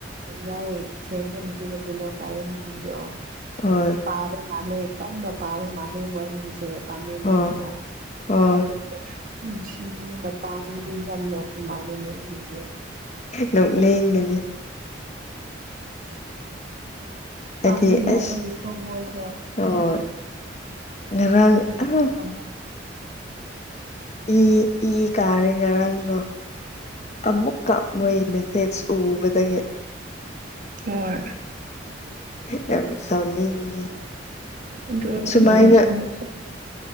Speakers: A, on the right (about 45°); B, on the left (about 35°).
A: ꯌꯥꯏ ꯁꯦꯝꯕ ꯅꯨꯄꯤꯒ ꯄꯤꯂꯣ ꯄꯥꯏꯔꯤ ꯅꯨꯄꯤꯗꯣ
B: ꯍꯣꯏ
A: ꯄꯥꯕ ꯃꯥꯜꯂꯦ ꯀꯟꯅ ꯄꯥꯕ ꯃꯥꯜꯂꯦ ꯃꯣꯏ ꯑꯅꯤꯁꯦ ꯄꯥꯝꯃꯤꯟꯅꯔꯒ
B: ꯍꯣꯏ ꯍꯣꯏ
A: ꯑꯗꯨ ꯅꯨꯡꯁꯤꯗꯤ ꯃꯇꯥꯡꯒꯤꯗꯤ ꯌꯥꯝꯅ ꯃꯥꯂꯦꯁꯖ ꯃꯣꯏ ꯑꯅꯤꯖꯦ
B: ꯅꯣꯛꯅꯤꯡꯒꯅꯤ ꯍꯥꯏꯗꯤ
A: ꯄꯥꯝꯃꯤꯟꯅꯕꯒꯤ
B: ꯑꯁ
A: ꯊꯣꯡꯑꯣꯏꯗꯣ
B: ꯍꯣꯏ ꯉꯔꯥꯡ
A: ꯍꯥꯏꯕꯗꯣ
B: ꯑ ꯏ ꯏ ꯀꯥꯔꯦ ꯉꯔꯥꯡꯗꯣ ꯑꯃꯨꯛ ꯀꯞ ꯃꯣꯏ ꯃꯦꯁꯦꯖ ꯎꯕꯗꯒꯤ
A: ꯍꯣꯏ
B: ꯌꯥꯝ ꯁꯥꯎꯅꯤꯡꯉꯤ
A: <unintelligible>
B: ꯁꯨꯃꯥꯏꯅ